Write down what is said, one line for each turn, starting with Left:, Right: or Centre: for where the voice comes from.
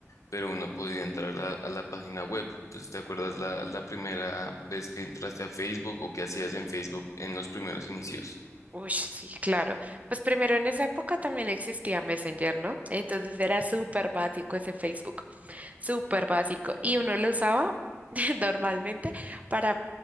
Left: pero uno podía entrar a, a la página web. Entonces, ¿te acuerdas la, la primera vez que entraste a Facebook o qué hacías en Facebook en los primeros inicios?
Right: Uy, sí, claro. Pues primero en esa época también existía Messenger, ¿no? Entonces era súper básico ese Facebook súper básico. Y uno lo usaba <laughs> normalmente para